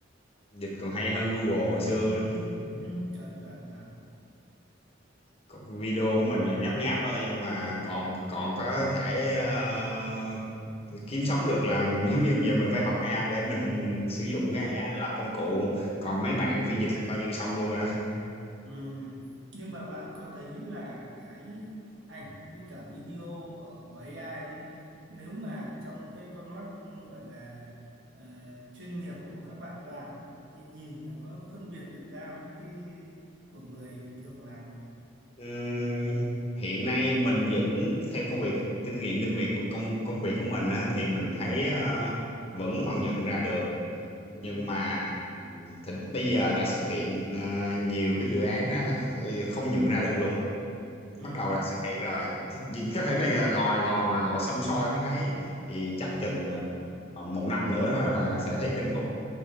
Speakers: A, on the left; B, on the right.
A: dịch còn hay hơn Google hồi xưa
B: Ừ,
A: nữa.
B: <laughs> chuẩn chuẩn chuẩn
A: Còn video của mình là nháp nháp thôi nhưng mà còn còn có thể ờ, kiếm sống được là <laughs> giống như giờ mình phải học AI để mình sử dụng cái AI để làm công cụ còn mấy bạn
B: ừ.
A: phiên dịch là coi như xong luôn rồi đó
B: Ừm, Nhưng mà bạn có thấy là cái ảnh với cả video ở- của AI đấy nếu mà trong cái con mắt gọi là ờ, chuyên nghiệp của các bạn làm ấy thì nhìn nó có phân biệt được ra mấy cái của người bình thường làm không?
A: Ừm, hiện nay mình vẫn theo công việc kinh nghiệm kinh việc của công công việc của mình á, thì mình thấy ờ, vẫn còn nhận ra được nhưng
B: Ừ,
A: mà ừm, thỉnh, bây giờ đã xuất hiện ờ, nhiều cái dự án đó, không nhận ra được luôn
B: ừ,
A: bắt đầu đã xuất hiện rồi Thì vì có thể
B: ừ,
A: này là ngồi ngồi mà ngồi xăm soi mới thấy thì chắc
B: ừ.
A: chừng ờ, một năm nữa thôi là sẽ
B: Nghĩa
A: thấy kinh khủng
B: là